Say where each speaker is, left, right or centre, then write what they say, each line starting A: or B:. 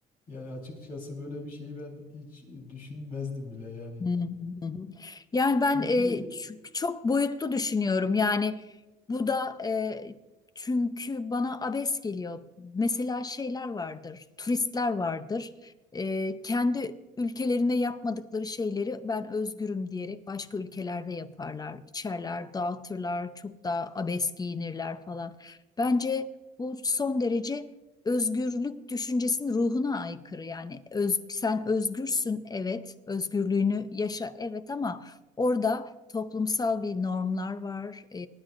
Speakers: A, on the left (about 60°); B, on the left (about 20°).
A: yani açıkçası böyle bir şeyi ben hiç e, düşünmezdim bile yani.
B: Hı hı. Hı hı. Yani ben
A: Çünkü
B: e, ç- çok boyutlu düşünüyorum. Yani bu da e, çünkü bana abes geliyor. Mesela şeyler vardır, turistler vardır. E, kendi ülkelerinde yapmadıkları şeyleri ben özgürüm diyerek başka ülkelerde yaparlar, içerler, dağıtırlar, çok daha abes giyinirler falan. Bence bu son derece özgürlük düşüncesinin ruhuna aykırı. Yani öz, sen özgürsün evet, özgürlüğünü yaşa evet ama orada toplumsal bir normlar var, e,